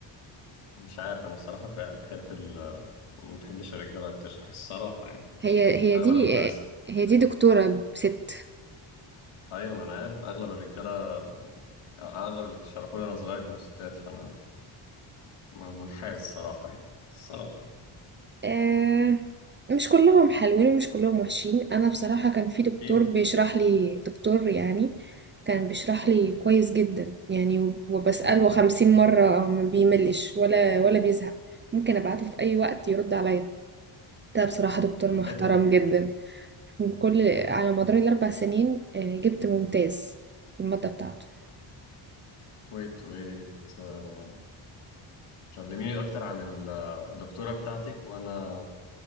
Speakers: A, on the left (about 85°); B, on the right (about 25°).
A: مش عارف انا بصراحه ب- بحب ال ما بحبش الرجاله اللي بتشرح الصراحه يعني
B: هي هي
A: اغلب
B: دي
A: المدرسين
B: هي دي دكتورة ست
A: ايوه ما انا عارف اغلب الرجاله أو اغلب اللي شرحوا لي انا صغير كانوا ستات فانا م- منحاز الصراحه يعني الصراحه
B: آه، مش كلهم حلوين ومش كلهم وحشين انا بصراحة كان في دكتور
A: اكيد
B: بيشرح لي دكتور يعني كان بيشرح لي كويس جدا يعني وبسأله
A: امم
B: خمسين مرة ما بيملش ولا ولا بيزهق ممكن ابعته في اي وقت يرد عليا ده بصراحة دكتور
A: عادي
B: محترم جدا بكل على مدار الاربع سنين آه، جبت ممتاز في المادة بتاعته
A: ويت ويت آه، كلميني اكتر عن ال- الدكتورة بتاعتك وانا